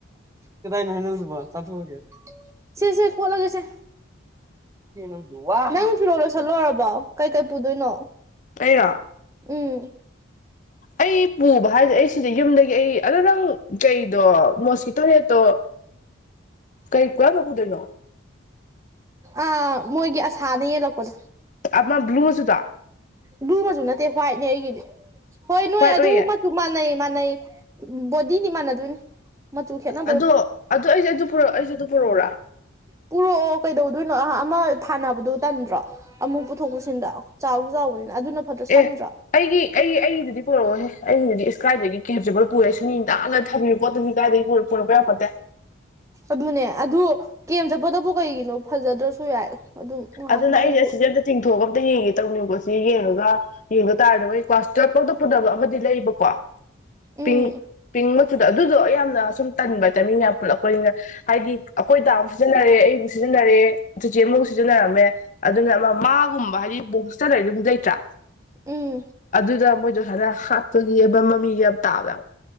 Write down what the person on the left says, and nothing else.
ꯑꯩꯩꯔꯣ
ꯑꯩ ꯄꯨꯕ ꯍꯥꯏꯖꯦ ꯑꯩ ꯁꯤꯗꯩ ꯌꯨꯝꯗꯒꯤ ꯑꯩ ꯑꯗꯣ ꯅꯪ ꯀꯩꯗꯣ ꯃꯣꯁꯀꯤꯇꯣ ꯅꯦꯠꯇꯣ ꯀꯩ ꯀꯔꯝꯕ ꯄꯨꯗꯣꯏꯅꯣ
ꯑꯃ ꯕ꯭ꯂꯨ ꯃꯆꯨꯗꯣ
ꯍ꯭ꯋꯥꯏꯠ
ꯑꯣꯏꯌꯦ
ꯑꯗꯣ ꯑꯗꯨ ꯑꯩꯁꯨ ꯑꯗꯨ ꯄꯨꯔꯛ ꯑꯩꯁꯨ ꯑꯗꯨ ꯄꯨꯔꯛꯎꯔꯥ
ꯑꯦ ꯑꯩꯒꯤ ꯑꯩꯒꯤ ꯑꯩꯗꯨꯗꯤ ꯄꯨꯔꯛꯑꯣꯍꯦ ꯑꯩꯗꯨꯗꯤ ꯏꯁ ꯀꯥꯏꯗꯒꯤ ꯀꯦꯝ ꯆꯠꯄꯗꯥ ꯄꯨꯔꯦ ꯏꯁ ꯃꯤ ꯅꯥꯟꯅ ꯊꯝꯃꯤꯕ ꯄꯣꯠꯇꯗꯤ ꯏꯁ ꯀꯥꯏꯗꯒꯤ ꯄꯨꯔꯛ ꯄꯣꯔꯛꯄ ꯌꯥꯄꯣꯟꯇꯦ
ꯑꯗꯨꯅ ꯑꯩꯁꯦ ꯑꯁꯤꯖꯦ ꯑꯝꯇ ꯆꯤꯡꯊꯣꯛꯑꯒ ꯑꯝꯇ ꯌꯦꯡꯒꯦ ꯇꯧꯅꯤꯀꯣ ꯁꯤ ꯌꯦꯡꯉꯒ ꯌꯦꯡꯕ ꯇꯥꯔꯦꯗꯅ ꯃꯣꯏ ꯀ꯭ꯂꯥꯁ ꯇꯨꯋꯦꯜ꯭ꯐꯄꯧꯗ ꯄꯨꯗꯕ ꯑꯃꯗꯤ ꯂꯩꯕꯀꯣ
ꯄꯤꯡ ꯄꯤꯡ ꯊꯨꯗ ꯑꯗꯨꯗꯣ ꯌꯥꯝꯅ ꯁꯨꯝ ꯇꯟꯕ ꯇꯥꯏꯃꯤꯡ ꯌꯥꯝ ꯄꯨꯜꯂꯛꯄꯅꯤꯅ ꯍꯥꯏꯗꯤ ꯑꯩꯈꯣꯏ ꯗꯥ ꯑꯝꯖꯨ ꯁꯤꯖꯤꯟꯅꯔꯦ ꯑꯩ ꯑꯃꯨꯛ ꯁꯤꯖꯤꯟꯅꯔꯦ ꯆꯤꯆꯦ ꯑꯃꯨꯛ ꯁꯤꯖꯤ ꯁꯤꯖꯤꯟꯅꯔꯝꯃꯦ ꯑꯗꯨꯅ ꯑꯃ ꯃꯥꯒꯨꯝꯕ ꯍꯥꯏꯗꯤ ꯕꯣꯡꯁꯇ ꯂꯩꯔꯗꯤ ꯑꯃ ꯂꯩꯇ꯭ꯔꯥ
ꯑꯗꯨꯗ ꯃꯣꯏꯗꯣ ꯁꯥꯏꯅ ꯍꯥꯠꯄꯒꯤ ꯑꯕ ꯃꯃꯤꯒ ꯌꯥꯝ ꯇꯥꯕ